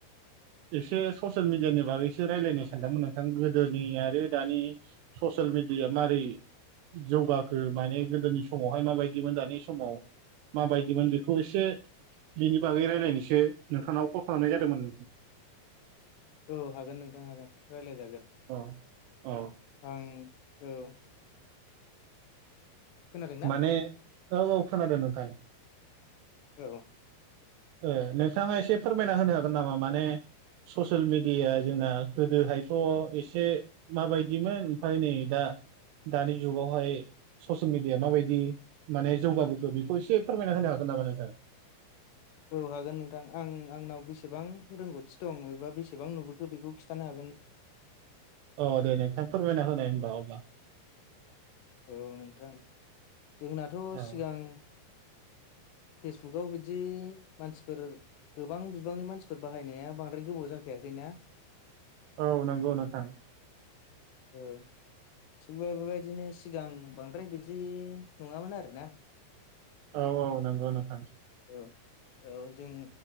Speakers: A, on the right; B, on the left.
A: एसे ससियेल मिडियानि बागैसो रायलायनो सानदोंमोन नोंथां गोदोनि आरो दानि ससियेल मिडियाया मारै जौगाखो माने गोदोनि समावहाय माबायदिमोन दानि समाव माबायदिमोन बेखौ एसे बिनि बागै रायज्लायनोसो नोंथांनाव कल खालामनाय जादोंमोन
B: औ हागोन नोंथां हागोन राय्लायजागोन।
A: औ औ।
B: आं औ। खोनादोंना
A: माने, औ औ खोनादों नोंथां।
B: औ
A: ओ नोंथाङा एसे फोरमायना होनो हागोन नामा माने ससियेल मिडियाया जोंना गोदोहायथ' एसे माबायदिमोन ओमफ्राय नै दा दानि जुगावहाय ससियेल मि डियाया माबायदि माने जौगाबोखो बेखौ एसे फोरमायना होनो हागोन नामा नोंथां?
B: औ हागोन नोंथा। आं आंनाव बेसेबां रोंगौथि दं एबा बेसेबां नुबोखो बेखौ खिथानो हागोन।
A: अ दे नोंथां फोरमायना होनाय होनबा अब्ला।
B: औ नोंथां जोंनाथ'
A: औ
B: सिगां फेसबुगाव बिदि मानसिफोर गोबां बिबांनि मानसिफोर बाहायनाया बांद्राय गोबाव जाखायाखैना?
A: औ नंगौ नोंथां।
B: औ। थिगबो बेबायदिनो सिगां बांद्राय बिदि नङामोन आरो ना।
A: औ औ नंगौ नोंथां।
B: औ औ जों